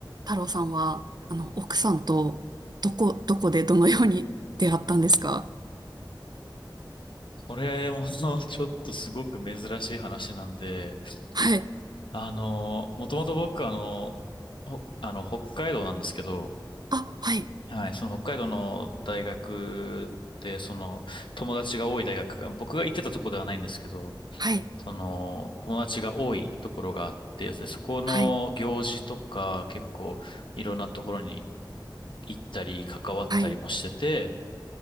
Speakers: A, on the right; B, on the left.
A: 太郎さんは、あの、奥さんと、どこ、どこでどのように出会ったんですか
B: これも <laughs> ちょっとすごく珍しい話なんで、
A: はい。
B: あの、もともと僕あの、ほあの、北海道なんですけど、
A: あ、はい。
B: はい、その北海道の大学で、その、友達が多い大学が、僕が行ってたとこではないんですけど、
A: はい。
B: その、友達が多いところがあって、でそこの行事とか、
A: はい。
B: 結構、いろんなところに行ったり、関わったりもしてて、
A: はい。